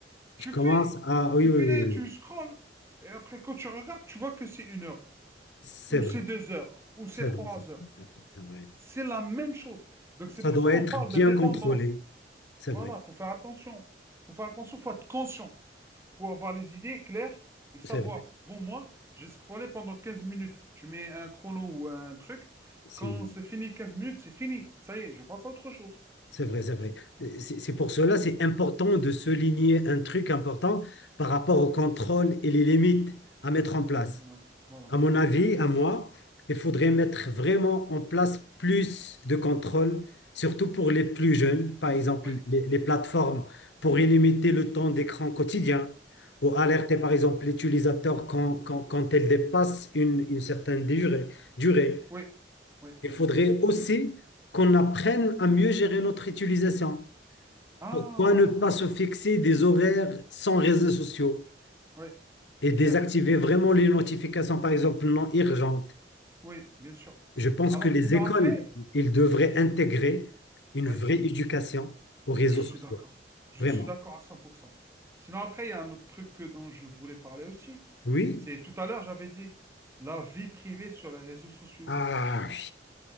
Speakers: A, on the right (about 15°); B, on the left (about 75°).
A: Tu
B: Tu commences
A: fais,
B: à... Oui,
A: tu
B: oui,
A: fais
B: oui.
A: les,
B: oui.
A: tu scrolls, et après, quand tu regardes, tu vois que c'est une heure,
B: C'est
A: ou
B: vrai.
A: c'est deux heures, ou c'est
B: C'est
A: trois
B: vrai. C'est
A: heures.
B: vrai. c'est vrai.
A: C'est la même chose. Donc, c'est
B: Ça
A: pour
B: doit
A: ça qu'on
B: être
A: parle
B: bien
A: de dépendance.
B: contrôlé. C'est
A: Voilà,
B: vrai.
A: faut faire attention. Faut faire attention, faut être conscient. Faut avoir les idées claires et savoir.
B: C'est vrai.
A: Bon, moi, j'ai scrollé pendant 15 minutes. Tu mets un chrono ou un truc.
B: C'est
A: Quand c'est fini 15 minutes, c'est fini. Ça y est, je passe à autre chose.
B: c'est vrai. C'est vrai. C'est c'est
A: Mm.
B: pour cela, c'est important de souligner un truc important par rapport au contrôle et les limites à mettre en place.
A: Voilà. Voilà.
B: À mon avis, à moi, il faudrait
A: Mm.
B: mettre vraiment en place plus de contrôle, surtout pour les plus jeunes, par exemple
A: Oui.
B: les, les plateformes, pour
A: Mm.
B: limiter le temps d'écran quotidien ou alerter
A: Oui.
B: par exemple l'utilisateur quand, quand, quand elle dépasse une, une certaine durée, durée.
A: Oui. Oui.
B: Il
A: Oui.
B: faudrait
A: Oui. Oui.
B: aussi
A: Bien sûr.
B: qu'on apprenne à mieux gérer notre utilisation.
A: Ah,
B: Pourquoi ne pas se fixer des horaires sans réseaux sociaux
A: oui, c'est
B: et désactiver
A: clair.
B: vraiment les notifications, par exemple, non urgentes?
A: Oui, bien sûr.
B: Je pense
A: Alors,
B: que les
A: sinon,
B: écoles,
A: après,
B: ils devraient intégrer une
A: oui.
B: vraie éducation aux réseaux
A: Je suis
B: sociaux.
A: d'accord. Je
B: Vraiment.
A: suis d'accord à 100%. Sinon, après, il y a un autre truc que- dont je voulais parler aussi.
B: Oui?
A: C'est tout à l'heure, j'avais dit la vie privée sur les réseaux sociaux.
B: Ah,